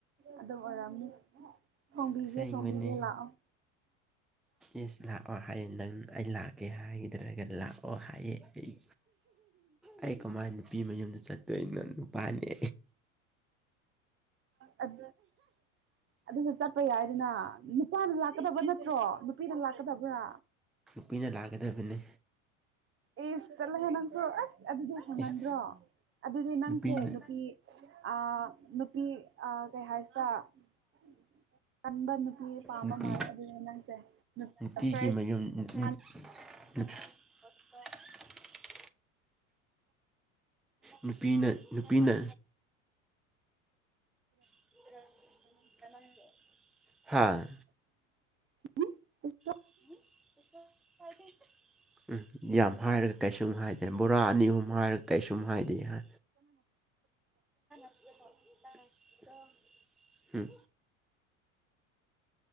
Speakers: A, on the right; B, in the centre.
A: ꯑꯗꯨꯝ ꯑꯣꯏꯔꯝꯅꯤ ꯊꯣꯡꯕꯤꯒꯦ
B: ꯑꯁꯦꯡꯕꯅꯦ
A: ꯊꯣꯡꯕꯤꯒꯦ ꯂꯥꯛꯑꯣ
B: ꯏꯁ ꯂꯥꯛꯑꯣ ꯍꯥꯏꯌꯦ ꯅꯪ ꯑꯩ ꯂꯥꯛꯀꯦ ꯍꯥꯏꯗ꯭ꯔꯒ ꯂꯥꯛꯑꯣ ꯍꯥꯏꯌꯦ ꯑꯩ ꯑꯩ ꯀꯃꯥꯏꯟ ꯅꯨꯄꯤ ꯃꯌꯨꯝꯗ ꯆꯠꯇꯣꯏꯅꯣ ꯅꯨꯄꯥꯅꯦ
A: ꯑꯠ ꯑꯗꯨ <unintelligible> ꯆꯠꯄ ꯌꯥꯏꯗꯅ ꯅꯨꯄꯥꯅ ꯂꯥꯛꯀꯗꯕ ꯅꯠꯇ꯭ꯔꯣ ꯅꯨꯄꯤꯅ ꯂꯥꯛꯀꯗꯕ꯭ꯔꯥ
B: ꯄꯤꯅ ꯂꯥꯛꯀꯗꯕꯅꯦ
A: ꯏꯁ ꯆꯠꯂꯣꯍꯦ ꯅꯪꯁꯨ ꯑꯁ ꯑꯗꯨꯗꯤ ꯍꯦꯟꯃꯟꯗ꯭ꯔꯣ
B: ꯏꯁ
A: ꯑꯗꯨꯗꯤ ꯅꯪꯁꯦ
B: ꯅꯨꯄꯤꯅ
A: ꯅꯨꯄꯤ ꯑꯥ ꯅꯨꯄꯤ ꯑꯥ ꯀꯩ ꯍꯥꯏꯁꯤꯔꯥ <inaudible> ꯀꯟꯕ ꯅꯨꯄꯤ ꯄꯥꯝꯕ
B: ꯅꯨꯄꯤ
A: ꯃꯥꯜꯂꯦ ꯑꯗꯨꯅꯦ ꯅꯪꯁꯦ ꯅꯨꯞ <unintelligible>
B: ꯅꯨꯄꯤꯒꯤ ꯃꯌꯨꯝ <unintelligible> <inaudible> ꯅꯨꯄꯤꯅ ꯅꯨꯄꯤꯅ <unintelligible> ꯍꯥꯥ
A: <inaudible>
B: <inaudible> ꯎꯝ ꯌꯥꯝ ꯍꯥꯏꯔꯒ ꯀꯩꯁꯨꯝ ꯍꯥꯏꯗꯦ ꯕꯣꯔꯥ ꯑꯅꯤ ꯑꯍꯨꯝ ꯍꯥꯏꯔ ꯀꯩꯁꯨꯝ ꯍꯥꯏꯗꯦ ꯍꯥ <inaudible> ꯍꯨꯝ